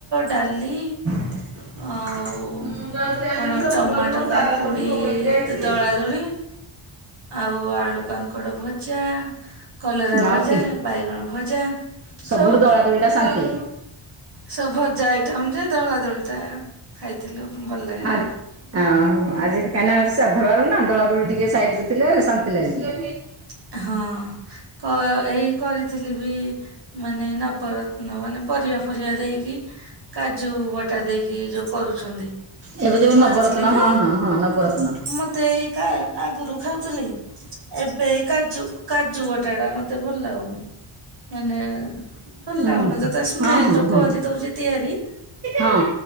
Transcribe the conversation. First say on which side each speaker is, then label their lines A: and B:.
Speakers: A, on the right (about 55°); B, on the right (about 30°).
A: ଡାଲି
B: ହ
A: ଆଉ କଣ
B: <inaudible>
A: ଟମାଟୋ କାକୁଡି ଦଳା ଦଳି ଆଉ ଆଳୁ କାଙ୍କଡ ଭଜା କଲରା
B: ଆଉ
A: ଭଜା
B: କି
A: ବାଇଗଣ ଭଜା।
B: ସବୁଠୁ
A: ସବୁ
B: ଦୋଳା ଦୋଳି ଟା ଶାନ୍ତି।
A: ସବୁ ଭଜା ଆଇଟମ ଯେ ଦଳା ଦୋଳିଟା ଖାଇଥିଲୁ ଭଲ ଲାଗିଲା
B: <inaudible>
A: ଆଉ।
B: ଓହୋ ଆଜି କାଇନା ଆଜି ସାଧାବାର ନା ଦଳା ଦୋଳି ଟିକେ ସାଇଡ ରେ ଥିଲେ ଶାନ୍ତି ଲାଗିବ।
A: ହଁ। କ ଏଇ କରିଥିଲି ବି ମାନେ ନବର ତ୍ନ ମାନେ ପରିବା ଫରିବା ଦେଇକି କାଜୁ ବଟା ଦେଇକି ଯୋଉ କରୁଚନ୍ତି।
B: ଏବେ ଯୋଉ
A: କରିଥିଲି
B: ନବରତ୍ନ
A: ଯେ
B: ହଁ ହଁ ହଁ ନବରତ୍ନ।
A: ମତେ ଏଇ ଆଗରୁ ଖାଉଥିଲି। ଏବେ କାଜୁ କାଜୁ ବଟା ଟା ମତେ ଭଲ ଲାଗୁନି। ମାନେ ଭଲ
B: ହୁଁ
A: ଲାଗୁନି ତ ତା ସ୍ମେଲ
B: ହଁ ହଁ
A: ଯୋଉ
B: ହଁ
A: କରିଦଉଛି
B: ହଁ।
A: ତିଆରି।
B: ଆଉ